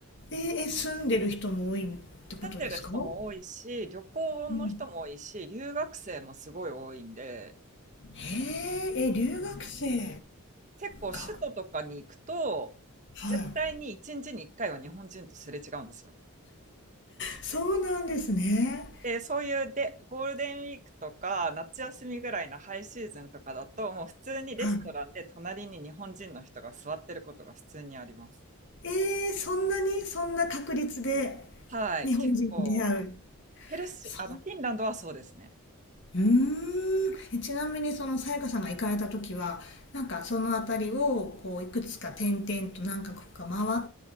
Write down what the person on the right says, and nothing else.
住んでる人も多いし、旅行の人も多いし、
留学生もすごい多いんで、
結構首都とかに行くと、
絶対に1日に1回は日本人とすれ違うんですよ。
で、そういうで、ゴールデンウィークとか、夏休みぐらいのハイシーズンとかだと、もう普通にレストランで隣に日本人の人が座ってることが普通にあります。
はい、
結構、ヘルシー、
あの、フィンランドはそうですね。